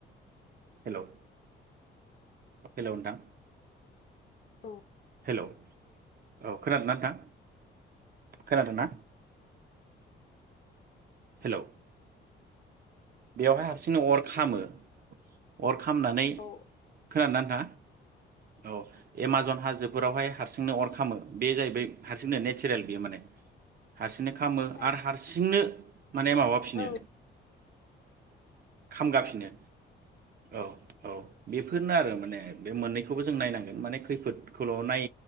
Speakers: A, on the right; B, on the left.
A: हेल' हेल' नोंथां
B: औ
A: हेल' औ खोनादोंना नोंथां खोनादों ना हेल' बेवहाय हारसिंनो अर खामो अर- खामनानै
B: औ
A: खोनादोंना नोंथाङा। औ एमाजन हाजोफोरावहाय हारसिंनो अर खामो बे जाहैबाय हारसिंनो नेसारेल बेयो माने हारसिंनो खामो
B: ओमफ्राय
A: आरो हारसिंनो माने माबाफिनो
B: औ
A: खामगाफिनो औ औ बेफोरनो आरो माने बे मोननै बेखौबो जों नायनांगोन माने खैफोदखौल' नाय